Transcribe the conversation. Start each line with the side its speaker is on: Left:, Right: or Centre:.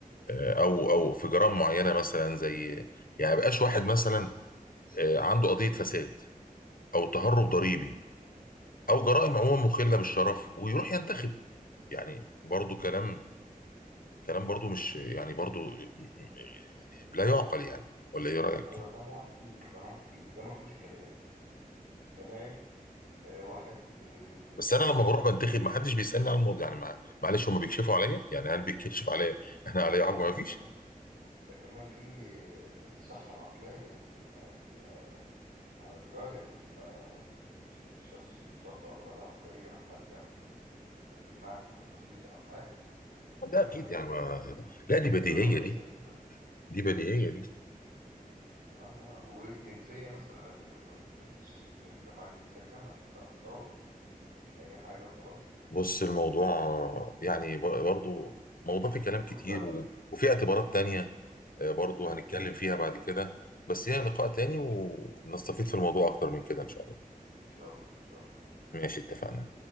Left: آه، او او في جرائم معينه مثلا زي يعني مبقاش واحد مثلا آه، عنده قضيه فساد او تهرب ضريبي
Right: إمم،
Left: او جرائم عموما مخله بالشرف ويروح ينتخب يعني برضو كلام كلام برضو مش يعني برضو يعني لا يعقل يعني ولا ايه رايك
Right: أيوه ده معاك فيه، ده معاك فيه، ده ما فيهوش كلام. كمان آآ واحد آه،
Left: بس انا لما بروح بنتخب ما حدش بيسالني على الموضوع يعني مع... معلش هم بيكشفوا عليا يعني هل بيكشف عليا احنا عليا
Right: لأ،
Left: حاجه ما
Right: ده
Left: فيش
Right: كمان ده كمان في ال الصحّة العقلية لازم تبقى تبقى على دراية، تبقى مش مش شخص مُصاب بأمراض عقلية حادة م تمنعك من التصويت أو حاجة، يعني أنت
Left: ده
Right: فاهم
Left: اكيد
Right: لازم
Left: يعني ما...
Right: يبقى
Left: لا دي بديهيه
Right: قراراتك
Left: دي
Right: سليمة.
Left: دي بديهيه دي
Right: آه، آه، والجنسية مثلًا لازم لازم تشترط إن أنت معاك جنسية كاملة عشان تعرف تصوّت، مش أي حاجة وخلاص.
Left: بص الموضوع يعني ب- برضو موضوع فيه كلام
Right: يطول
Left: كتير
Right: شرحه.
Left: و... وفي اعتبارات تانية آه، برضو
Right: أيوه،
Left: هنتكلم فيها بعد كده بس هي لقاء تاني ونستفيد في الموضوع أكتر من كده إن شاء الله
Right: إن شاء الله، إن شاء الله.
Left: ماشي اتفقنا